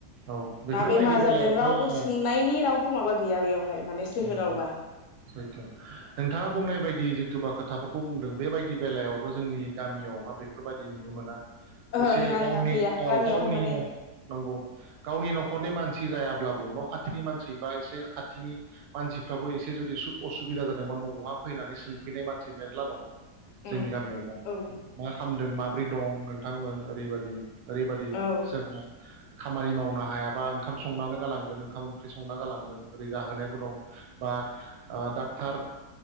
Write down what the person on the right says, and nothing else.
औ बेफोरबायदि
बेलायावहाय
औ
नोंथाङा बुंनाय बायदि जिथुबा खोथाफोरखौ बुंदों बेबायदि बेलायावथ' जोंनि गामियावहा बेफोरबायदि नुनो मोना।
एसे
गावनि
औ
गावनि
न'खर नंगौ गावनि न'खरनि मानसि जायाब अब्लाबो न' खाथिनि मानसि बा एसे खाथिनि मानसिफ्राबो एसे जुदि सु असुबिदा जादोंबा न'आव फैनानै सोंफैनाय मानसि मेरला दं। जोंनि
गामियावबा।
मा खामदों मा माब्रै दं नोंथांमोन ओरैबादि। ओरैबायदि
सोरबा खामानि मावनो हायाबा ओंखाम संनानै गालांगोन ओंखाम ओंख्रि संना गालांगोन ओरै जाहोनायबो दं बा ओ डाक्टर